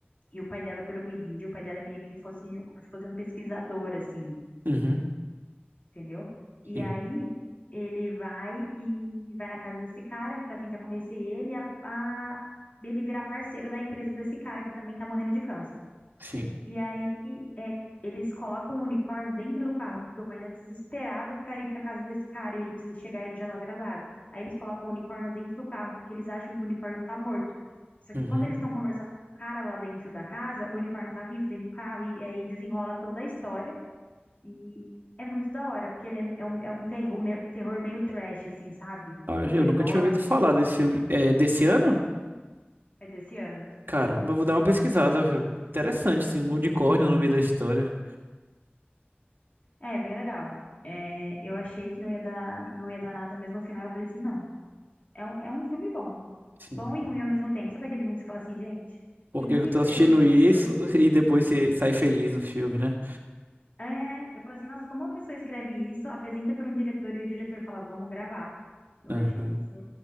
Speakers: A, on the left; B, on the right.
A: e o pai dela, pelo que eu entendi, o pai dela é meio que fosse, um, como se fosse um pesquisador, assim,
B: Uhum,
A: hum, entendeu? E
B: sim,
A: aí, ele vai e vai na casa desse cara pra tentar convencer ele a, a ele virar parceiro da empresa desse cara que também tá morrendo de câncer.
B: sim.
A: E aí é, eles colocam o unicórnio dentro do carro, porque o pai tá desesperado pra ir pra casa desse cara e ele precisa chegar e ele já tá atrasado. Aí eles colocam o unicórnio dentro do carro, porque eles acham que o unicórnio tá morto. Só que
B: Uhum.
A: quando eles estão conversando com o cara lá dentro da casa, o unicórnio tá vivo dentro do carro e aí desenrola toda a história. E é muito da hora, porque ele é, é um, é um terror, meio- terror meio trash, assim, sabe?
B: Ah,
A: É
B: eu
A: Meio
B: nunca
A: gore.
B: tinha ouvido falar desse filme. É desse ano?
A: É desse ano.
B: Caramba, eu vou dar uma pesquisada. viu? Interessante, sim, um unicórnio no meio da história.
A: É, bem legal. É, eu achei que não ia dar, não ia dar nada, mas no final eu falei assim, não. É, um- é um filme bom.
B: Sim.
A: Bom e
B: sim.
A: ruim ao mesmo tempo. Sabe aquele filme que você fala assim, gente,
B: Por
A: quem
B: que
A: que
B: que eu tô
A: escreveu
B: assistindo
A: isso?
B: isso <laughs> e depois você sai feliz do filme, né?
A: É, eu falo assim, nossa, como uma pessoa escreve isso, apresenta para um diretor e o diretor fala, vamos gravar. Eu
B: Aham.
A: achei isso